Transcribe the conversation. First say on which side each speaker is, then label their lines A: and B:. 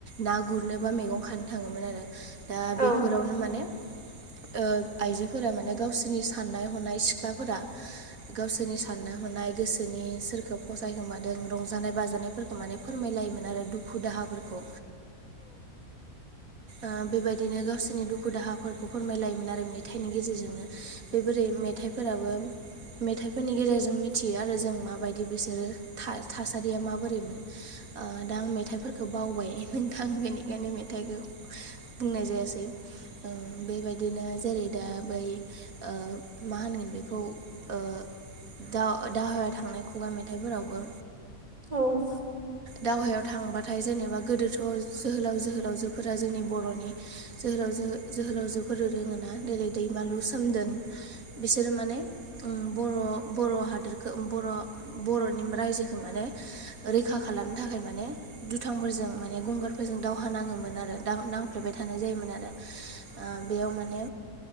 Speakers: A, on the right; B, on the right.
A: ना गुरनोबा मैगं खानो थाङोमोन आरो दा बेफोरावनो
B: औ औ
A: माने ओ आइजोफोरा माने गावसोरनि साननाय हनाय सिख्लाफोरा गावसोरनि साननाय हनाय गोस सोरनि सोरखौ फसायखोमादों रंजानाय बाजानायफोरखौ माने फोरमायलायोमोन आरो दुखु दाहाफोरखौ ओ बेबायदिनो गावसोरनि दुखु दाहाफोरखौ फोरमायलायोमोन आरो मेथायनि गेजेरजोंनो बे बोरै मेथाइफोराबो मेथाइफोरनि गेजेरजों मिथियो आरो जों माबायदि बिसोरो था थासारिया माबोरैमोन ओ दा आं मेथाइफोरखौ बावबाय नोंथां बेनि बेखायनो मेथाइखौ बुंनाय जायासै औ बेबायदिनो जेरै-दा बै ओ मा होनगोन बेखौ ओ दा दावहा थांनाय खुगा मेथाइफोरावबो
B: औ
A: दावहायाव थांबाथाय जेनेबा गोदोथ' जोहोलाव जोहोलावजोफोरा जोंनि बर'नि जोलावजो जोहोलावजोफोर रोङोना जेरै दैमालु सोमदोन बिसोरो माने उम बर' बर' हादोरखौ बर' बर'नि रायजोखौ माने रैखा खालामनो थाखाय माने दुथांफोरजों माने गंगारफोरजों दावहा नाङोमोन आरो दां नांफ्लेबाय थानाय जायोमोन आरो ओ बेयाव माने